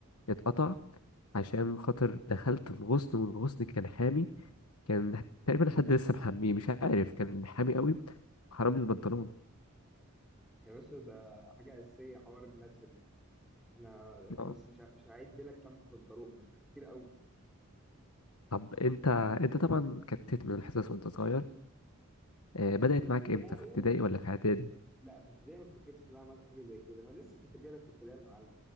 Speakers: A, on the left (about 85°); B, in the centre.
A: اتقطع عشان خاطر دخلت في غصن والغصن كان حامي كان تقريبا حد لسه محميه مش عارف كان حامي قوي حرام لي البنطلون
B: يا باشا ده حاجه اساسيه حوار النتشه دي انا
A: آه.
B: بس مش ه- مش هعد لك كم بنطلون مثلا كتير قوي
A: طب انت انت طبعا كتت من الحصص وانت صغير آه، بدأت
B: في ابتدائي
A: معاك امتى في ابتدائي ولا في اعدادي
B: لا في ابتدائي ما افتكرش ان انا عملت حاجه زي كده ما أنا لسه كنت جايلك في الكلام يا معلم